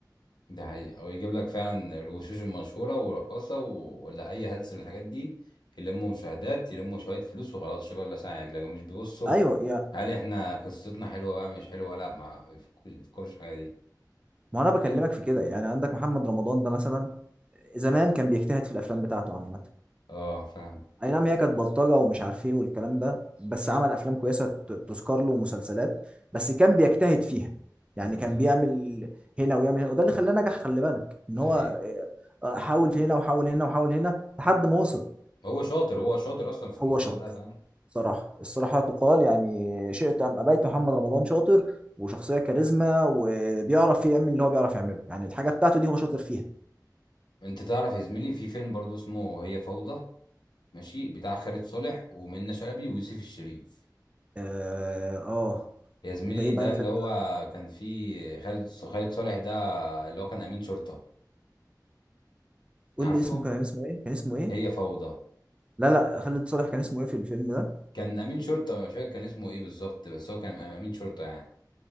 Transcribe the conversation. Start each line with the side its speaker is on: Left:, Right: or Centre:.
Left: ده حقيقة ويجيب لك فعلا الوشوش المشهورة ورقاصة و- ولا أي هلس من الحاجات دي يلموا مشاهدات يلموا شوية فلوس وخلاص شكرا الله ساعة يجلجوا مش بيبصوا
Right: ايوه يا
Left: هل احنا قصتنا حلوة بقى مش حلوة لا ما يفك- يفكرش في الحاجة دي
Right: ما انا بكلمك
Left: يا.
Right: في كده يعني عندك محمد رمضان ده مثلا زمان كان بيجتهد في الافلام بتاعته عامه
Left: اه فاهم
Right: اي نعم هي كانت بلطجه ومش عارف ايه والكلام ده بس عمل افلام كويسه ت- تذكر له ومسلسلات بس كان بيجتهد فيها يعني
Left: امم
Right: كان بيعمل هنا ويعمل هنا وده اللي خلاه نجح خلي بالك ان
Left: ده
Right: هو
Left: حقيقة
Right: آه، حاول في هنا وحاول هنا وحاول هنا لحد ما وصل
Left: هو شاطر هو شاطر أصلا في الموضوع
Right: وهو شاطر
Left: ده فاهم
Right: صراحة الصراحة تقال يعني شئت أم أبيت محمد رمضان شاطر وشخصية كاريزما وبيعرف يعمل اللي هو بيعرف يعمله يعني الحاجة بتاعته دي هو شاطر فيها
Left: انت تعرف يا زميلي في فيلم برضو اسمه هي فوضى ماشي بتاع خالد صالح ومنة شلبي ويوسف الشريف
Right: آه, آه
Left: يا زميلي
Right: ده إيه بقى
Left: ده
Right: الفكرة
Left: اللي هو كان فيه خالد خالد صالح ده اللي هو كان امين شرطة
Right: قول
Left: عارفه
Right: لي اسمه كان اسمه إيه كان اسمه إيه
Left: هي فوضى
Right: لا لا خالد صالح كان اسمه إيه في الفيلم ده
Left: كان امين شرطة مش فاكر كان اسمه ايه بالظبط بس هو كان امين شرطة يعني